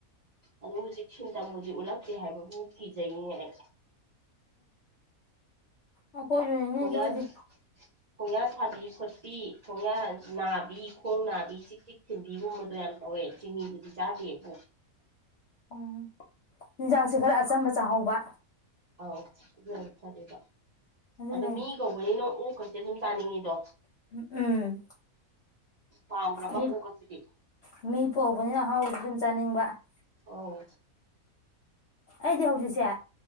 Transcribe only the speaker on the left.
ꯑꯩꯈꯣꯏꯖꯨꯅꯤꯅꯦ
ꯑꯗꯨꯕꯨꯗꯤ
ꯎꯝ ꯆꯤꯟꯖꯥꯛꯁꯦ ꯈꯔ ꯑꯆꯝꯕ ꯆꯥꯍꯧꯕ
ꯑꯗꯨꯅꯦ
ꯎꯝ
ꯃꯤ
ꯃꯤ ꯄꯣꯛꯎꯕꯅꯤꯅ ꯑꯍꯥꯎꯕꯁꯨ ꯑꯗꯨꯝ ꯆꯥꯅꯤꯡꯕ
ꯑꯩꯗꯤ ꯍꯧꯖꯤꯛꯁꯦ